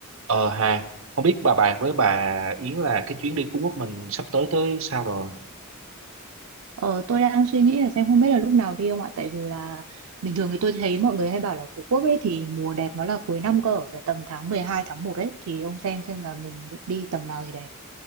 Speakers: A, on the right; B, on the right.
A: Ờ hà không biết bà bạn với bà Yến là cái chuyến đi Phú Quốc mình sắp tới tới sao rồi?
B: Ờ, tôi đang suy nghĩ là xem không biết là lúc nào đi không ạ tại vì là bình thường thì tôi thấy mọi người hay bảo là Phú Quốc ấy thì mùa đẹp nó là cuối năm cơ phải tầm tháng 12 tháng một ấy thì ông xem xem là mình định đi tầm nào thì đẹp